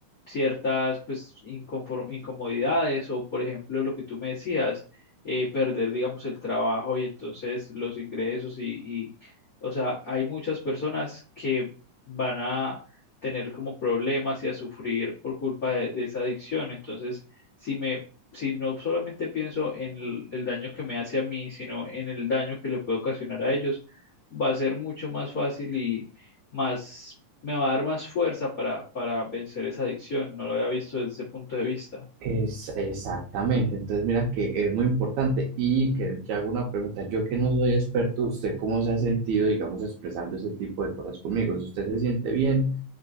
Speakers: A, on the left; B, on the right.
A: ciertas pues inconfor- incomodidades o por ejemplo lo que tú me decías, eh, perder digamos el trabajo y entonces los ingresos y, y o sea, hay muchas personas que van a tener como problemas y a sufrir por culpa de, de esa adicción. Entonces, si me si no solamente pienso en el, el daño que me hace a mí, sino en el daño que le puede ocasionar a ellos, va a ser mucho más fácil y, más me va a dar más fuerza para, para vencer esa adicción. No lo había visto desde ese punto de vista.
B: Es, exactamente, entonces mira que es muy importante y que ya hago una pregunta, yo que no soy experto, ¿usted cómo se ha sentido, digamos, expresando ese tipo de cosas conmigo? Si ¿Usted se siente bien?